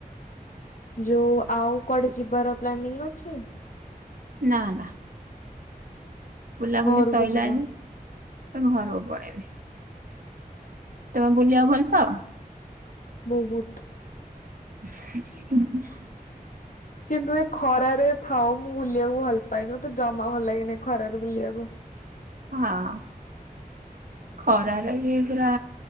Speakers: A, on the left (about 60°); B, on the right (about 65°).
A: ଯୋଉ ଆଉ କୁଆଡେ ଯିବାର ପ୍ଲାନିଂ ଅଛି?
B: ନା ନା ବୁଲାବୁଲି
A: ଘରକୁ
B: ସଇଲାଣି।
A: ଯିବା
B: ଏ ମୁଁ ଘରକୁ ପଳେଇବି। ତୋମେ ବୁଲିବା ଭଲ ପାଅ?
A: ବହୁତ।
B: <inaudible>
A: କିନ୍ତୁ ଏ ଖରାରେ ଥାଉ ମୁଁ ବୁଲିବାକୁ ଭଲ ପାଏନି ମୋତେ ଜମା ଭଲ ଲାଗେନି ଏ ଖରାରେ ବୁଲିବାକୁ।
B: ହଁ। ଖରା ରେ ଇଏ ପୁରା